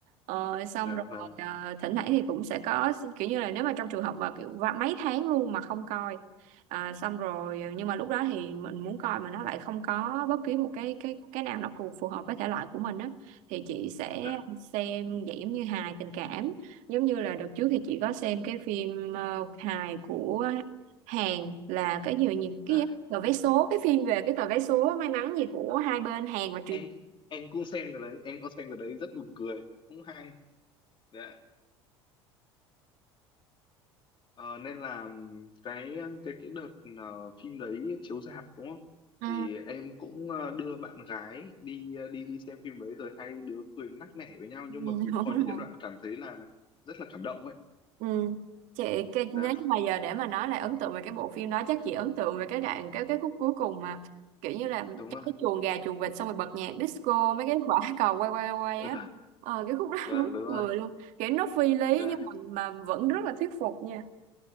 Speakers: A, on the right (about 60°); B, on the left (about 35°).
A: Ờ, xong
B: dạ
A: rồi
B: vâng
A: ờ, thỉnh thoảng thì cũng sẽ có kiểu như là nếu mà trong trường hợp mà kiểu và mấy tháng luôn mà không coi À, xong rồi ờ, nhưng mà lúc đó thì mình muốn coi mà nó lại không có bất kỳ một cái cái cái nào nó phù phù hợp với thể loại của mình á thì chị sẽ
B: dạ
A: xem dạng giống như hài tình cảm giống như là đợt trước thì chị có xem cái phim ờ, hài của Hàn là cái gì nhỉ
B: dạ
A: cái gì? tờ vé số cái phim về cái tờ vé số may mắn gì của hai bên Hàn và Triều
B: em em cũng xem cái đấy em cũng xem cái đấy rất buồn cười cũng hay dạ Ờ, nên là ừm, cái cái cái đợt ờ, phim đấy chiếu rạp đúng không
A: Ừ.
B: thì em cũng ờ, đưa bạn gái đi ờ, đi đi xem phim đấy rồi hai đứa cười nắc nẻ với nhau
A: <laughs>
B: nhưng mà cũng
A: đúng
B: có những
A: không?
B: cái đoạn cảm thấy là rất là cảm động ấy
A: Ừ. Chị cái
B: dạ
A: nếu như mà giờ để mà nói là ấn tượng về cái bộ phim đó chắc chị ấn tượng về cái đoạn cái cái khúc cuối cùng mà kiểu như là
B: đúng
A: trong
B: rồi
A: cái chuồng gà chuồng vịt xong rồi bật nhạc disco mấy cái quả cầu quay quay quay
B: Ừ,
A: á ờ, cái khúc đó <laughs>
B: vâng
A: đúng
B: đúng rồi
A: người luôn kiểu nó phi lý
B: dạ
A: nhưng mà mà vẫn rất là thuyết phục nha